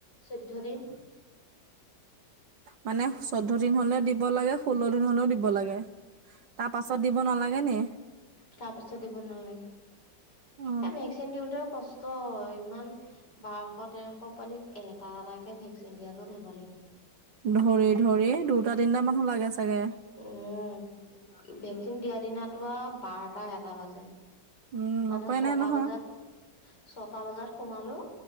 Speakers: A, on the left; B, on the right.
A: চৈধ্য দিন।
B: মানে চৈধ্য দিন হ'লে দিব লাগে ষোল্ল দিন হ'লেও দিব
A: উম
B: লাগে তাৰ পা পাছত দিব নালাগে নি?
A: তা পাচত দিব নালাগে।
B: অ
A: এ ভেকচিন দিওঁতেও কষ্ট ইমান বাৰশ, তেৰশ পোৱালিক এটা -এটাকে ভেকচিন দিয়াতো ধেমালি নহয়।
B: ধৰি- ধৰি দুটা, তিনিটা মানুহ লাগে চাগে।
A: উম, ভেকচিন দিয়া দিনাতো আৰু বাৰটা এটা বাজে।
B: উম
A: মানে
B: উপায়
A: ছটা
B: নাই নহয়
A: বজাত ছটা বজাত সোমালো